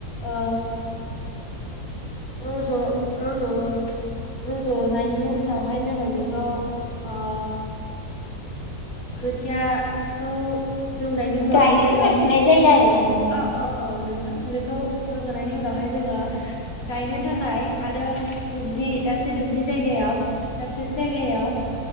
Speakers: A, on the left; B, on the left.
A: ओ रज' रज' रज'नायनि उनावहाय जोङो बेखौ ओ खोथियाखौ जौनायनि उनावहाय
B: गायनो
A: जोङो
B: थाखाय फिनाय जायो आरो ना?
A: औ औ औ नोंथां बेखौ रजनायनि उनावहाय जोङो गायनो थाखाय आरो दुब्लि दाबसे दुब्लि जायगायाव दाबसे जायगायाव